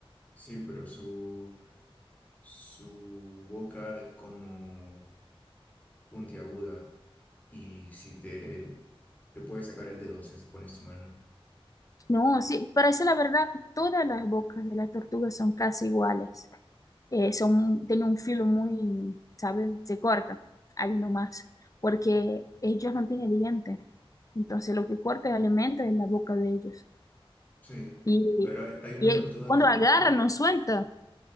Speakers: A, on the left; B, on the left.
A: Sí, pero su, su boca es como puntiaguda y si te, te puede sacar el dedo, o sea, si pones tu mano.
B: No, sí, para decir la verdad, todas las bocas de las tortugas son casi iguales. eh, son, tienen un filo muy, ¿sabes? Se corta ahí nomás, porque ellos no tienen dientes. Entonces lo que corta el alimento es la boca de ellos.
A: Sí,
B: Y,
A: pero hay, hay una
B: y
A: tortuga
B: cuando
A: que,
B: agarran,
A: que,
B: no suelta.